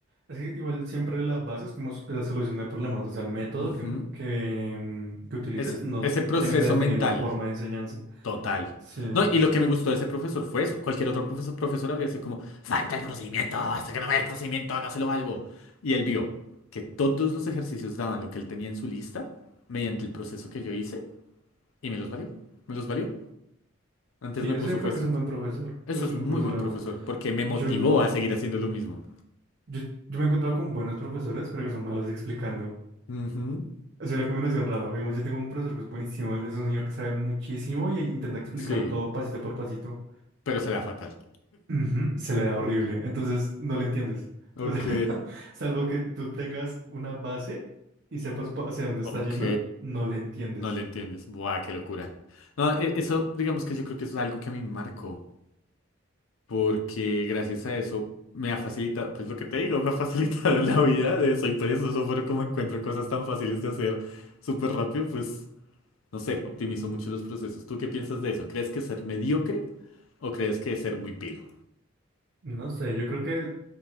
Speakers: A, on the right (about 55°); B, on the left (about 75°).
A: Es que igual siempre la base es como s- la solución de problemas, o sea, el método
B: Ujú.
A: que, que, mm, que utilices
B: Es-
A: no
B: ese proceso
A: tiene que definir
B: mental.
A: la forma de enseñanza.
B: Total.
A: Sí,
B: No, y lo que me gustó de ese profesor fue eso. Cualquier otro profesor, profesor habría sido como, falta el procedimiento, hasta que no vea el procedimiento, no se lo valgo. Y él vio que todos los ejercicios daban lo que él tenía en su lista mediante el proceso que yo hice y me los valió. Me los valió. Antes
A: sí,
B: me
A: eso
B: puso
A: yo creo
B: fue
A: que
B: 5.
A: es un buen profesor,
B: Eso
A: es
B: es
A: un
B: un muy
A: buen profesor,
B: buen
A: la
B: profesor
A: verdad.
B: porque me
A: Yo
B: motivó
A: no,
B: a seguir haciendo lo mismo.
A: yo, yo me he encontrado con buenos profesores, pero que son malos explicando.
B: Ujú,
A: Es una combinación rara. Digamos, yo tengo un profesor que es buenísimo, es un señor que sabe muchísimo y intenta explicar
B: Sí,
A: todo pasito por pasito.
B: pero será fatal.
A: Ujú, se le da horrible, entonces no le entiendes.
B: Ok.
A: O sea, <laughs> salvo que tú tengas una base y sepas po- hacia dónde está
B: Ok.
A: yendo, no le entiendes.
B: No le entiendes. Buah, qué locura. No, e- eso, digamos que yo creo que es algo que a mí me marcó. porque gracias a eso me ha facilitado, pues lo que te digo, <laughs> me ha facilitado <laughs> la vida de soy perezoso, pero como encuentro cosas tan fáciles de hacer súper rápido, pues no sé, optimizo mucho los procesos. ¿Tú qué piensas de eso? ¿Crees que ser mediocre o crees que ser muy pilo?
A: No sé, yo creo que